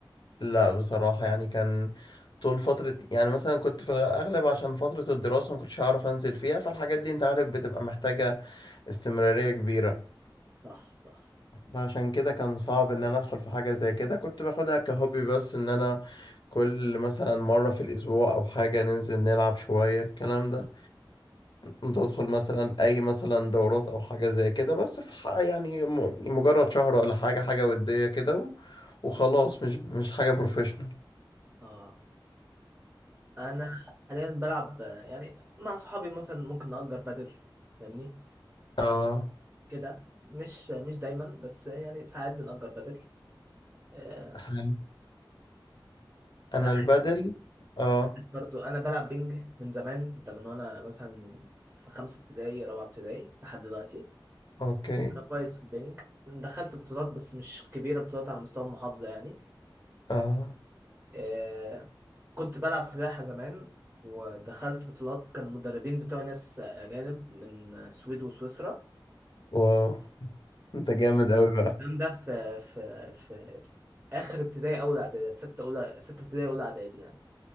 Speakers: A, on the left (about 60°); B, on the right (about 25°).
A: لا بصراحة يعني كان طول فترة يعني مثلا كنت في الأغلب عشان فترة الدراسة ما كنتش هعرف أنزل فيها فالحاجات دي أنت عارف بتبقى محتاجة استمرارية كبيرة
B: صح صح
A: فعشان كده كان صعب إن أنا أدخل في حاجة زي كده كنت باخدها كهوبي بس إن أنا كل مثلا مرة في الأسبوع أو حاجة ننزل نلعب شوية الكلام ده تدخل مثلا أي مثلا دورات أو حاجة زي كده بس في ح- يعني م- مجرد شهر ولا حاجة حاجة ودية كده و- وخلاص مش مش حاجة بروفيشنال
B: اه انا حاليا بلعب آه، يعني مع صحابي مثلا ممكن نأجر بادل فاهمني
A: اه
B: كده مش مش دايما بس يعني ساعات بنأجر بدل آه،
A: انا
B: ساعات
A: أنا البدل اه
B: برضو انا بلعب بينج من زمان ده من وانا مثلا في خمسة ابتدائي رابعة ابتدائي لحد دلوقتي
A: اوكي
B: انا كويس في البينج دخلت بطولات بس مش كبيرة بطولات على مستوى المحافظة يعني
A: اه
B: آه، كنت بلعب سباحة زمان ودخلت بطولات كان مدربين بتوع ناس أجانب من السويد وسويسرا
A: واو انت جامد قوي بقى
B: الكلام ده في في في آخر ابتدائي أول إعدادي ستة أولى ستة ابتدائي أولى إعدادي يعني